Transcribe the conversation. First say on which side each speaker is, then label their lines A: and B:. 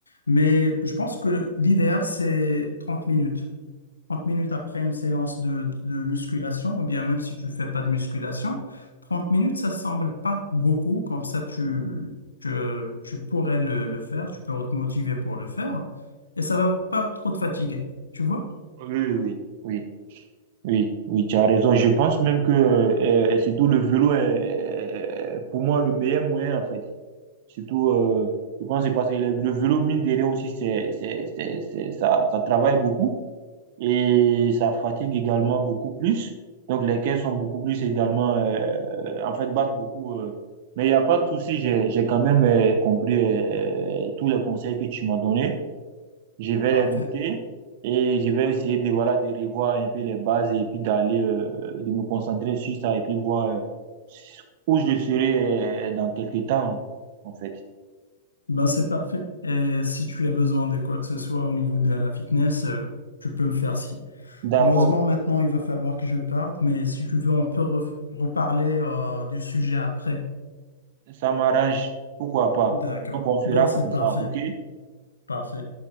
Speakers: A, on the left (about 80°); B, on the right (about 55°).
A: Mais je pense que l'idéal, c'est 30 minutes. 30 minutes après une séance de, de musculation, ou bien même si tu fais pas de musculation, 30 minutes, ça semble pas beaucoup, comme ça tu, que tu pourrais le, le faire, tu peux te motiver pour le faire, et ça va pas trop te fatiguer, tu vois?
B: oui, oui, oui, oui, tu as raison. Je pense même que euh, euh, surtout le vélo est, euh, pour moi, le meilleur moyen, en fait. Surtout, euh, je pense que c'est parce que le, le vélo, mine de rien aussi, c'est, c'est, c'est, c'est- ça, ça travaille beaucoup et ça fatigue également beaucoup plus. Donc, les caisses sont beaucoup plus également, euh, en fait, battent beaucoup. euh. Mais il n'y a pas de souci, j'ai, j'ai quand même euh, compris euh, tous les conseils que tu m'as donnés. Je vais
A: Parfait.
B: les noter et je vais essayer de, voilà, de revoir un peu les bases et puis d'aller, euh, de me concentrer sur ça et puis voir euh, où je serai euh, dans quelques temps, en fait.
A: Ben c'est parfait. Et si tu as besoin de quoi que ce soit au niveau de la fitness, euh, tu peux me faire signe.
B: D'accord,
A: Malheureusement, maintenant, il va falloir que je parte, mais si tu veux, on peut re- reparler euh, du sujet après.
B: ça m'arrange. Pourquoi pas?
A: D'accord.
B: Donc, on fera
A: Ben c'est
B: comme
A: parfait.
B: ça, OK?
A: Parfait.